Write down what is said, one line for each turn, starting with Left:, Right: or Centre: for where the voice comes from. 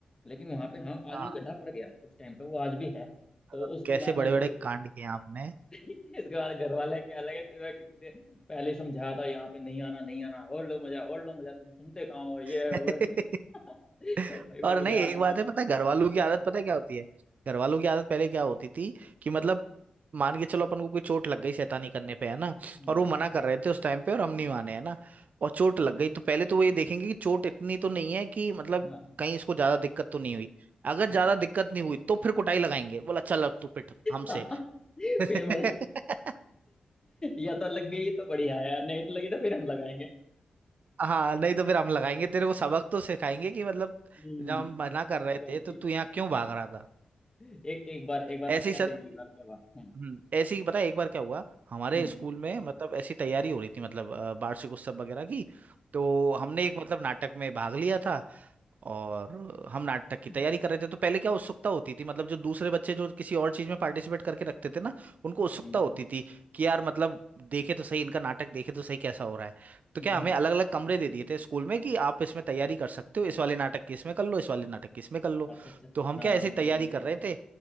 Left: लेकिन वहां पे हाँ आज
Right: हाँ
Left: भी गड्ढा पड़ गया उस टाइम पे वो आज भी है तो
Right: मतलब
Left: उसके
Right: कैसे
Left: बाद
Right: बड़े
Left: में
Right: बड़े
Left: फिर
Right: कांड किए आपने
Left: इसके बाद घर वाले क्या लगे तुम्हें कितने पहले ही समझाया था यहाँ पे नहीं आना नहीं आना और लो मजा और लो मजा तुम सुनते कहाँ हो ये
Right: <laughs>
Left: है, वो है। <laughs> तो भाई वो
Right: और
Left: मुझे
Right: नहीं एक
Left: आज भी
Right: बात
Left: याद है
Right: है पता है घर वालों की आदत पता है क्या होती है घर वालों की आदत पहले क्या होती थी कि मतलब मान के चलो अपन को कोई चोट लग गई शैतानी करने पे है ना
Left: हम्म,
Right: और वो मना कर रहे थे उस टाइम पे और हम नहीं माने है ना और चोट लग गई तो पहले तो वो ये देखेंगे कि चोट इतनी तो नहीं है कि मतलब
Left: हाँ
Right: कहीं इसको ज्यादा दिक्कत तो नहीं हुई अगर
Left: हम्म।
Right: ज्यादा दिक्कत नहीं हुई तो फिर कुटाई लगाएंगे बोला चल अब तू पिट हमसे
Left: <laughs>
Right: <laughs>
Left: फिर मजा या तो लग गई तो बढ़िया है नहीं तो लगी तो फिर हम लगाएंगे
Right: हाँ नहीं तो फिर हम लगाएंगे तेरे को सबक तो सिखाएंगे कि मतलब
Left: हम्म,
Right: जब हम मना कर रहे
Left: ये बात
Right: थे तो
Left: सही
Right: तू यहाँ क्यों भाग रहा था
Left: है। एक एक बार एक बार
Right: ऐसे
Left: पता है
Right: ही सर
Left: ऐसे ही एक बार क्या हुआ हम्म
Right: हम्म, ऐसे ही पता है एक बार क्या हुआ हमारे
Left: हम्म
Right: स्कूल में मतलब ऐसी तैयारी हो रही थी मतलब अ, वार्षिक उत्सव वगैरह की तो हमने एक मतलब नाटक में भाग लिया था और हम नाटक की
Left: हम्म
Right: तैयारी कर रहे थे तो पहले क्या उत्सुकता होती थी मतलब जो दूसरे बच्चे जो किसी और चीज में पार्टिसिपेट करके रखते थे ना उनको उत्सुकता
Left: हम्म
Right: होती थी कि यार मतलब देखे तो सही इनका नाटक देखे तो सही कैसा हो रहा है तो
Left: हम्म,
Right: क्या
Left: हम्म।
Right: हमें
Left: हम्म।
Right: अलग अलग कमरे दे दिए थे स्कूल में कि आप इसमें तैयारी कर सकते हो इस वाले नाटक की इसमें कर लो इस वाले नाटक की इसमें कर लो
Left: अच्छा अच्छा अच्छा
Right: तो हम क्या
Left: हाँ हाँ
Right: ऐसी
Left: बिल्कुल
Right: तैयारी
Left: बिल्कुल
Right: कर रहे थे